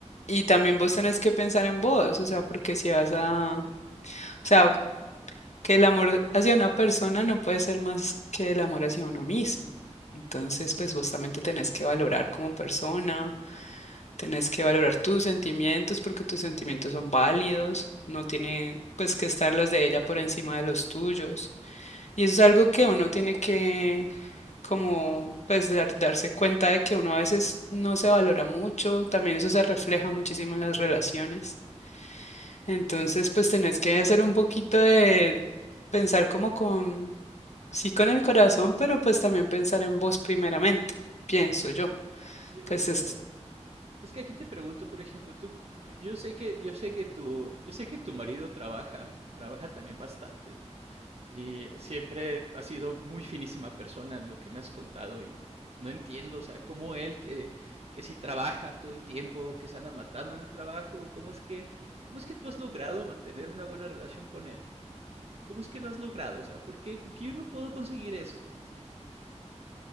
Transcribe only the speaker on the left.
y también vos tenés que pensar en vos, o sea, porque si vas a, o sea, que el amor hacia una persona no puede ser más que el amor hacia uno mismo. Entonces, pues vos también te tenés que valorar como persona, Tenés que valorar tus sentimientos porque tus sentimientos son válidos, no tiene pues que estar los de ella por encima de los tuyos. Y eso es algo que uno tiene que como pues dar- darse cuenta de que uno a veces no se valora mucho, también eso se refleja muchísimo en las relaciones. Entonces pues tenés que hacer un poquito de pensar como con, sí con el corazón, pero pues también pensar en vos primeramente, pienso yo.
Pues
es